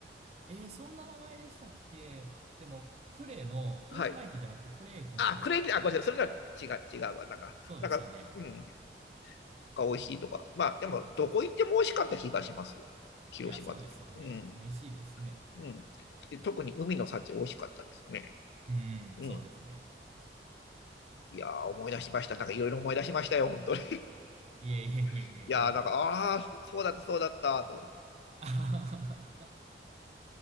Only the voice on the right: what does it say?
えーそんな名前でしたっけでも、呉の、広島駅じゃなくて呉駅の方なんで、
そうですよね。
いや、そうですよね。
美味しいですね。
うん、
そうですね。
いえいえいえいえ、
なんか、
<laughs>